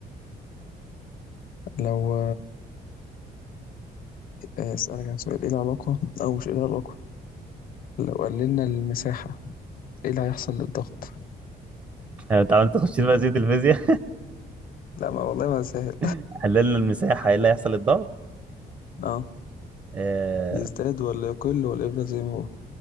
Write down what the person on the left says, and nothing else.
لو آه اسألك انا سؤال ايه العلاقة او مش ايه العلاقة لو قللنا المساحة ايه اللي هيحصل للضغط
لا ما والله ما سهل
اه
يزداد ولا يقل ولا يفضل زي ما هو